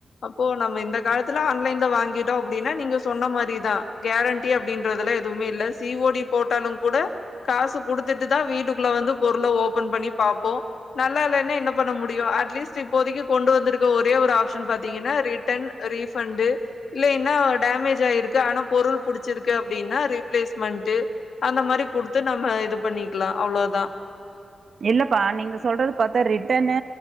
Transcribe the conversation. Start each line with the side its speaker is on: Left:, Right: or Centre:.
Left: அப்போ நம்ம இந்த காலத்துல ஆன்லைன்ல வாங்கிட்டோ அப்டின்னா நீங்க சொன்ன மாரி அப்டிதா கேரண்டி அப்டின்றதெல்லா எதுவுமே இல்ல சி ஓ டி போட்டாலும் கூட காசு குடுத்துட்டு தா வீட்டுக்குள்ள வந்து பொருள ஓபன் பண்ணி பாப்போ நல்லா இல்லைன்னா என்ன பண்ண முடியு அட்லீஸ்ட் இப்போதைக்கு கொண்டு வந்திருக்க ஒரே ஒரு ஆப்ஷன் பாத்தீங்கன்னா ரிட்டர்ன் ரீஃபண்டு இல்லைன்னா டேமேஜ் ஆயிருக் ஆனா பொருள் புடிச்சிருக்கு அப்டின்னா ரீப்ளேஸ்மெண்டு அந்த மாரி குடுத்து நம்ம இது பண்ணிக்லா அவ்ளோதா
Right: இல்லப்பா நீங்க சொல்றது பாத்தா ரிட்டனு